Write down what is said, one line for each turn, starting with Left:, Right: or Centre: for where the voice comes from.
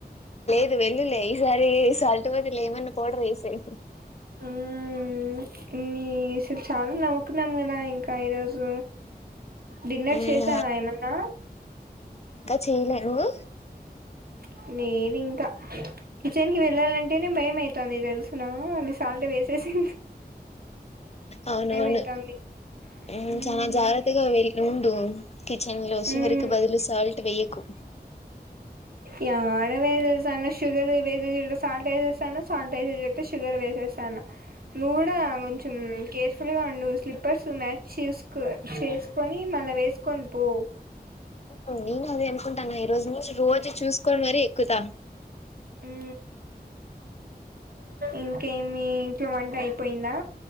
Left: ఇగ వెళ్లులెయ్ ఈసారి సాల్ట్ బదుల్ ఏమన్న పౌడరేసేయ్
Right: మ్మ్ నీ అస్సల్ చాలా నవ్వుకున్నాం గదా ఇంకా ఈరోజు డిన్నర్
Left: మ్మ్
Right: చేసావా ఏమన్నా
Left: చెయలే నువు
Right: అ నేను ఇంకా కిచెన్కి వెళ్ళాలంటేనే భయమవుతంది తెలుసున అన్ని సాల్ట్ వేసేసి
Left: అవునవును
Right: అయితాంది
Left: ఊ
Right: మ్మ్
Left: చానా జాగ్రత్తగా వెయ్యి వుండు కిచన్ లో
Right: మ్మ్
Left: సివరికి బదులు సాల్ట్ వేయ్యకు
Right: యాడ వేసేసాను షుగర్ వేసేసే దగ్గర సాల్ట్ వేసేసాను సాల్ట్ వేసేసే దగ్గర షుగర్ వే వేసేసాను నువ్వు కూడా కొంచం కేర్ ఫుల్గా ఉండు స్లిప్పర్స్ మ్యాచ్ చేసుకో చేసుకొని మళ్ళీ వేసుకొని పో
Left: ఊ నేను అదే అనుకుంటన ఈ రోజు నుంచి రోజు చూసుకోని మరి ఎక్కుతా
Right: ఊ ఇంకేమి ఇంట్లో వంట అయిపోయిందా